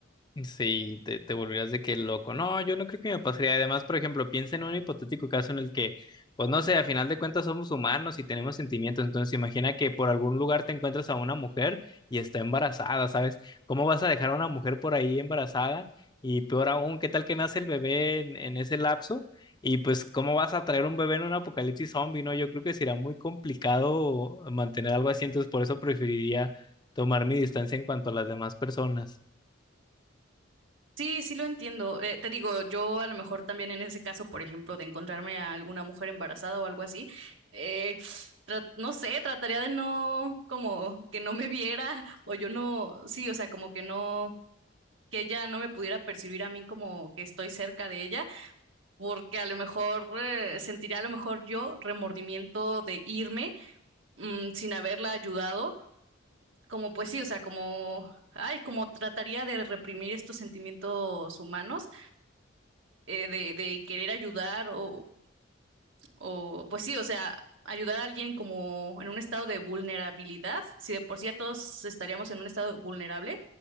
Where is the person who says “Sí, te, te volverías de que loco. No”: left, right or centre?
Left